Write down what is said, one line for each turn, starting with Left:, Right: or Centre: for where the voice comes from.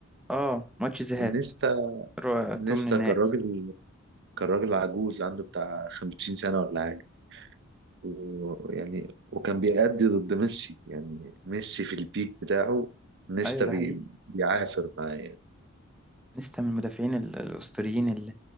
Centre: آه ماتش ذهاب
Right: ونيستا
Centre: رو-
Right: نيستا
Centre: تومن النهائي
Right: كان راجل كان راجل عجوز عنده بتاع 50 سنة ولا حاجة ويعني وكان بيأدي ضد ميسي يعني ميسي في البيك بتاعه نيستا
Centre: أيوة ده
Right: بي...
Centre: حقيقي
Right: بيعافر معاه يعني.
Centre: نيستا من المدافعين ال- الأسطوريين اللي